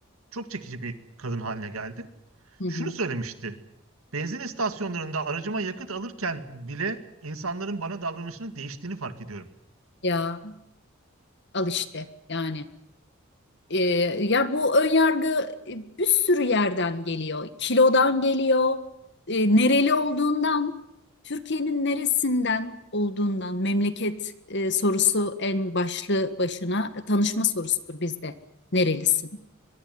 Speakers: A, on the right (about 80°); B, on the left (about 55°).
A: çok çekici bir kadın haline geldi.
B: hı.
A: Şunu
B: hı.
A: söylemişti. Benzin istasyonlarında aracıma yakıt alırken bile insanların bana davranışının değiştiğini fark ediyorum.
B: Ya al işte yani. Ee, ya bu önyargı e, bir sürü yerden geliyor. Kilodan geliyor, e, nereli olduğundan, Türkiye'nin neresinden olduğundan, memleket e, sorusu en başlı başına e, tanışma sorusudur bizde. Nerelisin?